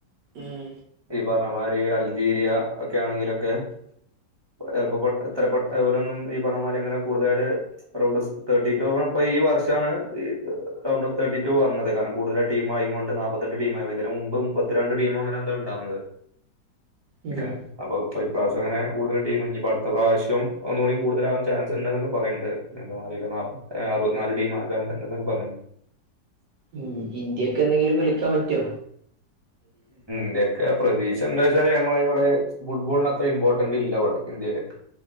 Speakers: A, on the right; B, on the right.
A: ഉം
B: ഈ പറഞ്ഞമാരി അൽജീരിയ ഒക്കെ ആണെങ്കിലൊക്കെ ചെലപ്പം പെ എത്ര പെട്ട് അത് പോലൊന്നും ഈ പറഞ്ഞ മാരി അങ്ങനെ കൂടുതലായിട്ട് റൗണ്ട് തേർട്ടീ ടൂ ആക്ക്ണെപ്പൊ ഈ വർഷാണ് റൗണ്ട് ഓഫ് തേർട്ടി ടൂ വന്നത്, കാരണം കൂട്തല് ടീമായീങ്ങൊണ്ട് നാപ്പത്തെട്ട് ട്ടീമായി ഇതിന് മുമ്പ് മുപ്പത്തി രണ്ട് ടീമ് അങ്ങനെന്തോ ണ്ടാവ്ന്നത്.
A: ഉം
B: ഏഹ് അപ്പൊ ഇപ്പൊ ഇപ്രാശ്യം അങ്ങനെ കൂടുതൽ ടീമ് നിപ്പടുത്ത പ്രാവശ്യോ ഒന്നൂടി കൂട്തലാവാൻ ചാൻസ്ണ്ട്ന്നൊക്കെ പറയ്ണ്ട്, എന്താന്നറീല നാപ്പ അറപത്തിനാല് ടീമാവാൻ ചാൻസ്ണ്ട്ന്നൊക്കെ പറഞ്
A: ഉം ഇന്ത്യക്കെന്തെങ്കിലും കളിക്കാൻ പറ്റ്വോ?
B: ന്ത്യക്കെ പ്രതീ ക്ഷെ എന്താ വെച്ചാല് ഞമ്മളവിടെ ഫുട്ബോളിന് അത്ര ഇമ്പോർട്ടന്റ് ഇല്ല ഇവ്ടെ ഇന്ത്യേല്